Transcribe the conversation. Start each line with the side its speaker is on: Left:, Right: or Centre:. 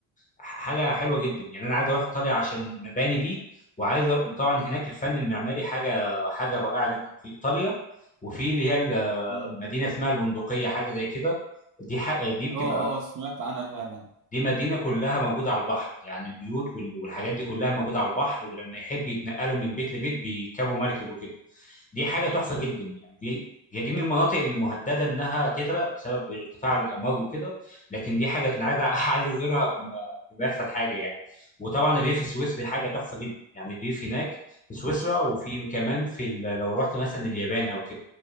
Left: حاجه حلوه جدا يعني انا عايز اروح ايطاليا عشان المباني دي وعايز أ- وطبعا هناك الفن المعماري حاجه حاجه رائعه جدا في ايطاليا وفي اللي هي ال-
Right: مم.
Left: مدينه اسمها البندقيه حاجه زي كده دي ح... دي بتبقى
Right: اه اه سمعت عنها فعلا
Left: دي مدينة كلها موجودة على البحر يعني البيوت وال- والحاجات دي كلها موجودة على البحر ولما يحب يتنقلوا من بيت لبيت بيركبوا مركب وكده دي حاجة تحفة جدا يعني دي هي دي من المناطق اللي مهددة إنها تغرق بسبب ارتفاع الأمواج وكده لكن دي حاجة أنا عايز <laughs> عايز أزورها قبل ما قبل ما يحصل حاجة يعني وطبعا الريف السويسري حاجة تحفة جدا يعني الريف هناك في سويسرا وفي كمان في ال- لو رحت مثلا اليابان أو كده